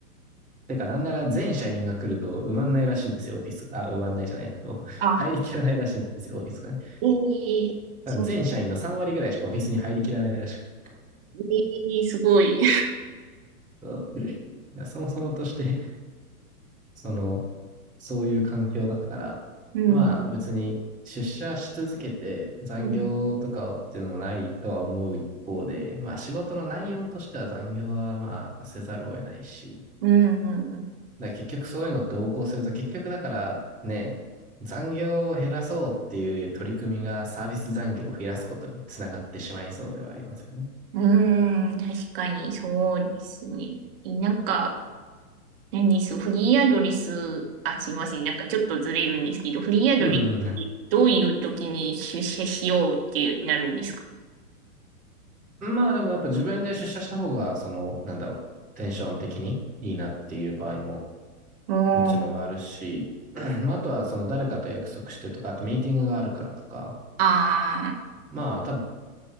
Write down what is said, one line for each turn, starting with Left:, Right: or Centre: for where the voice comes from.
Centre: てか、なんなら全社員が来ると埋まんないらしいんですよ、オフィスが。あ、埋まんないじゃない、えっと。<laughs>
Right: あ、
Centre: 入りきらないらしいんですよ、オフィスがね。
Right: いい、
Centre: 多分全社員の3割ぐらいしかオフィスに入りきらないらしくて。
Right: そう、いい、すごい。
Centre: そう。そもそもとして、その、そういう環境だから、
Right: うん、
Centre: まあ別に出社し続けて残業とかっていうのもないとは思う一方で、
Right: うん、
Centre: まあ仕事の内容としては残業はまあやっぱせざるを得ないし、
Right: うん、
Centre: だから結局そういうのって横行すると、結局だからね、残業を減らそうっていう取り組みがサービス残業を増やすことにつながってしまいそうではありますよね。
Right: うん、うん確かにそうですね。えなんか、何です、フリーアドレス、あ、すいません、なんかちょっとずれるんですけど、フリーアドレスってどういう時に出社しようってなるんですか
Centre: うんうんうん。まあでもやっぱ自分で出社した方が、その、なんだろう、テンション的にいいなっていう場合も
Right: おー
Centre: もちろんあるし、<clears throat> まああとはその誰かと約束してとか、あとミーティングがあるからとか、
Right: あ
Centre: まあ多分